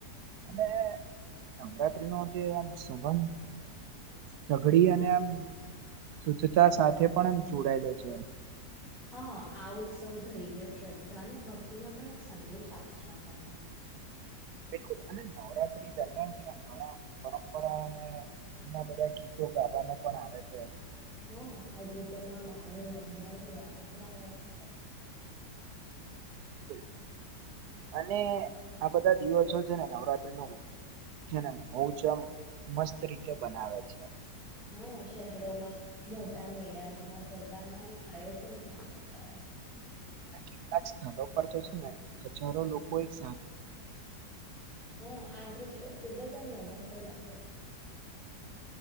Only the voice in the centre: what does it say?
<inaudible> હન, આ ઉત્સવ ધૈર્ય, શ્રદ્ધા ને ભક્તિનો પણ એક સંદેશ આપે છે આપડને <inaudible>
હન, આ ગીતોમાં માંની મહિમાને વર્ણવામાં આવે છે. <inaudible>
હા શહેરોમાં મોટા મેદાનોમાં ગરબાનું આમ આયોજન થાય છે ત્યારે.
હન, આ દ્રશ્ય ખુબ જ આમ મનોહર લાગે છે.